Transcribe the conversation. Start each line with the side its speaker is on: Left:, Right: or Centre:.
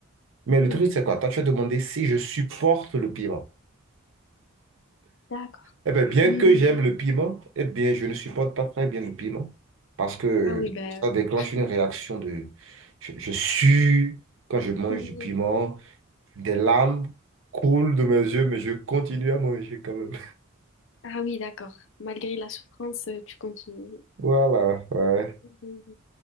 Right: Mais le
Left: oui.
Right: truc, c'est quoi? Toi, tu as demandé si je supporte le piment.
Left: D'accord.
Right: Eh bien, bien
Left: Oui,
Right: que
Left: oui,
Right: j'aime
Left: oui.
Right: le piment, eh bien, je ne supporte pas très bien le piment parce que
Left: Ah oui, bah,
Right: ça déclenche
Left: <laughs>
Right: une réaction de... Je, je sue quand je mange
Left: oui.
Right: du piment, des larmes coulent de mes yeux, mais je continue à manger quand même.
Left: Ah oui, d'accord. Malgré la souffrance, euh, tu continues.
Right: Voilà, ouais,
Left: Oui, oui, oui.